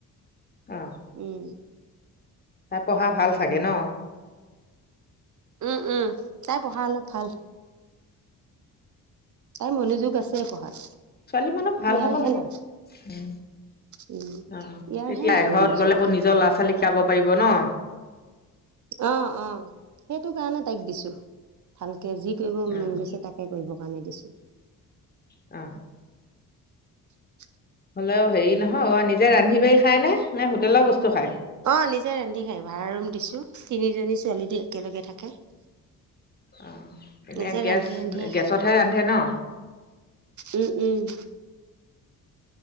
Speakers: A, on the left (about 25°); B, on the right (about 55°).
A: অ
B: উম
A: তাই পঢ়া ভাল চাগে ন
B: উম উম তাই পঢ়া অলপ ভাল তাই মনোযোগ আছে পঢ়াত
A: ছোৱালী মানুহ ভাল
B: ইয়াৰহে
A: হ'ব লাগে
B: নাই
A: উম
B: উম
A: অ
B: ইয়াৰহে
A: তেতিয়া
B: নাই
A: এঘৰত
B: মনোযোগটো
A: গ'লে আকৌ নিজৰ ল'ৰা ছোৱালীক সিকাব পাৰিব ন
B: অ অ সেইটো কাৰণে তাইক দিছো ভাল কে যি কৰিব মন
A: অ',
B: গৈছে তাকে কৰিবৰ কাৰণে দিছো
A: অ
B: <inaudible>
A: হ'লে হেৰি নহয় অ নিজে ৰান্ধি খাই নে হোটেলৰ বস্তু খায়?
B: অ নিজে ৰান্ধি খাই ভাড়া ৰুম দিছো তিনিজনী ছোৱালী দি একেলগে থাকে
A: অ এনেই
B: নিজে ৰান্ধি
A: গেছ
B: ৰান্ধিয়ে খায়
A: গেছতহে ৰান্ধে ন
B: উম উম